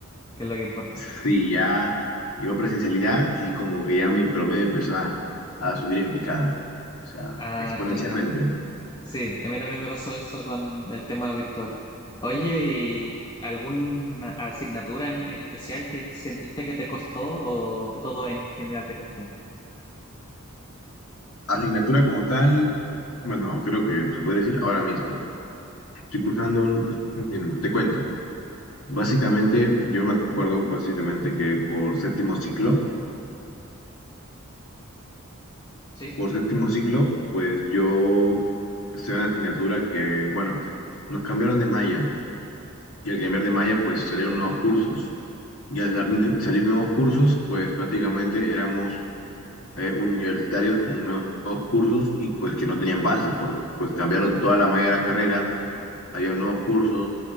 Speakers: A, on the left; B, on the left.
A: que es lo que importa.
B: <laughs> Sí, ya llegó presencialidad y como que ya mi promedio empezó a, a subir en picada, o sea,
A: Ah,
B: exponencialmente.
A: genial. Sí, a mí también me pasó eso con el tema virtual. Oye, ¿y alguna asignatura en, en especial que sentiste que te costó o todo en general te costó?
B: Asignatura como tal, bueno, creo que se puede decir ahora mismo. Estoy cursando un, miren, te cuento. Básicamente, yo me acuerdo básicamente que por séptimo ciclo,
A: ¿Sí?
B: por séptimo ciclo, pues yo estoy en una asignatura que, bueno, nos cambiaron de malla y al cambiar de malla, pues salieron nuevos cursos. Y al sal- salir nuevos cursos, pues prácticamente éramos eh, universitarios con nuevos cursos y pues que no tenían base, porque pues cambiaron toda la malla de la carrera, había nuevos cursos